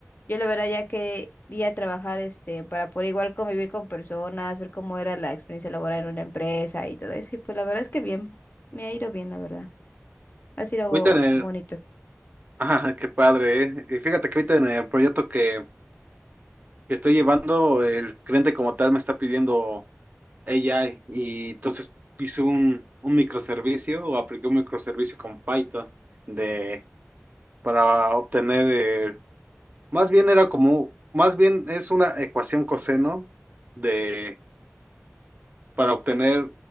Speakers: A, on the left; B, on the right.
A: yo la verdad ya quería trabajar, este, para poder igual convivir con personas, ver cómo era la experiencia laboral en una empresa y todo eso, y pues la verdad es que bien, me ha ido bien, la verdad, ha sido
B: Ahorita en el,
A: bonito.
B: <laughs> ah, qué padre, ¿eh? Y fíjate que ahorita en el proyecto que, que estoy llevando, el cliente como tal me está pidiendo AI, y entonces hice un, un microservicio, o apliqué un microservicio con Python de para obtener Más bien era como, más bien es una ecuación coseno de, para obtener,